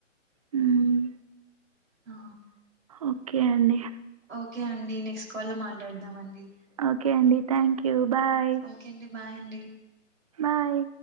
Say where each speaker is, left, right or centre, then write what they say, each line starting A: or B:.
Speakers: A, on the right; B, on the right.
A: హ్మ్.
B: ఆ
A: ఓకే అండి
B: ఓకే అండి నెక్స్ట్ కాల్ లో మాట్లాడదాం అండి
A: ఓకే అండి థ్యాంక్ యూ బాయ్
B: ఓకే అండి బాయ్ అండి.
A: బాయ్